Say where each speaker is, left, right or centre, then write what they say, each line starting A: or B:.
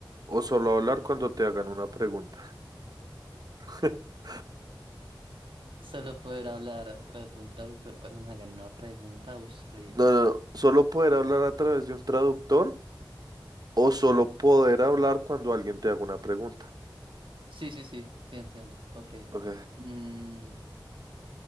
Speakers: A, on the right; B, on the right.
A: o solo hablar cuando te hagan una pregunta? <laughs>
B: Solo poder hablar a través de un traductor cuando me hagan una pregunta, uy, es re difícil.
A: No, no, no, solo poder hablar a través de un traductor o
B: Sí,
A: solo poder hablar cuando alguien te haga una pregunta.
B: sí, sí, sí, sí, entiendo. Ok.
A: Ok.
B: Mm,